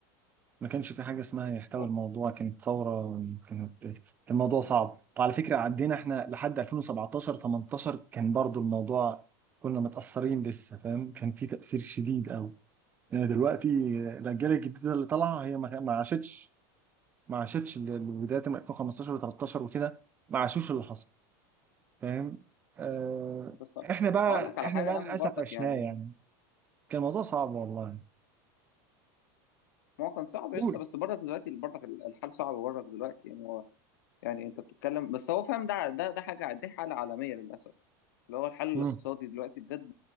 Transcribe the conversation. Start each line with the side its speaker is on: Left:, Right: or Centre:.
Right: ما كانش في حاجة اسمها يحتوي
Left: أهو.
Right: الموضوع كانت ثورة كانت كان الموضوع صعب وعلى فكرة عدينا احنا لحد 2017 18 كان برضو الموضوع كنا متأثرين لسه فاهم كان في تأثير شديد أوي يعني دلوقتي الأجيال الجديدة اللي طالعة هي ما ما عاشتش ما عاشتش ال- ال- بداية من 2015 و13 وكده ما عاشوش اللي حصل فاهم آه
Left: بس
Right: احنا بقى
Left: اقول لك على
Right: احنا
Left: حاجه
Right: بقى
Left: يا عم
Right: للاسف
Left: برضك
Right: عشناه
Left: يعني
Right: يعني كان الموضوع صعب والله
Left: ما هو كان صعب
Right: قول
Left: يا اسطى بس برضك دلوقتي برضك الحال صعب برضك دلوقتي يعني يعني انت بتتكلم بس هو فاهم ده ده ده حاجه دي حاله عالميه للاسف اللي هو الحل
Right: مم.
Left: الاقتصادي دلوقتي بجد